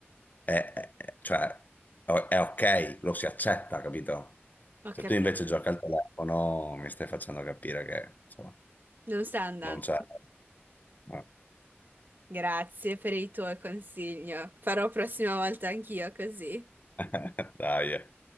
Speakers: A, on the left; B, on the right.
A: è, è- è- cioè, è è ok, lo si accetta, capito?
B: ho
A: Se
B: capito.
A: tu invece giochi al telefono, mi stai facendo capire che, insomma,
B: Non sta andando.
A: non c'è... no.
B: Grazie per il tuo consiglio. Farò prossima volta anch'io così.
A: <laughs> Dai. eh.